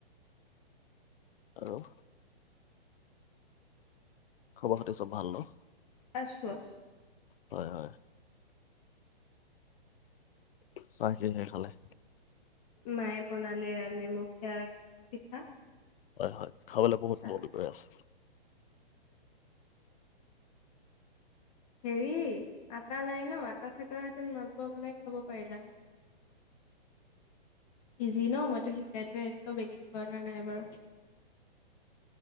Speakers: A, on the left; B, on the left.
A: আৰু। খবৰ খাতি চব ভাল ন'
B: আছো আছো।
A: হয় -হয়। চাহ কিহেৰে খালে।
B: মায়ে বনালে আ নিমখীয়া পিঠা।
A: হয় -হয় খাবলৈ বহুত
B: চাহ।
A: মনটো গৈ আছে।
B: হেৰি আটা নাই ন' আটা থকা হেতেন মালপোৱা বনাই খাব পাৰিলা হয়। ইজি ন' মইতো শিকাই থৈ আহিছো বেকিং পাউদাৰ নাই বাৰু।